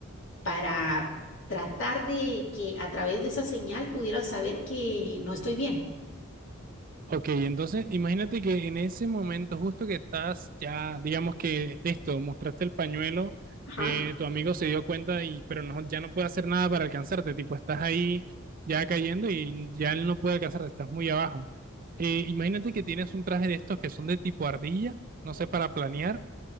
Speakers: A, on the left; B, on the right.
A: para tratar de que a través de esa señal pudieran saber que no estoy bien.
B: Ok, entonces imagínate que en ese momento justo que estás ya, digamos que listo, mostraste el pañuelo,
A: Ajá.
B: eh, tu amigo se dio cuenta y pero no, ya no puede hacer nada para alcanzarte, tipo estás ahí ya cayendo y ya él no puede alcanzarte, estás muy abajo. Eh, imagínate que tienes un traje de estos que son de tipo ardilla, no sé, para planear.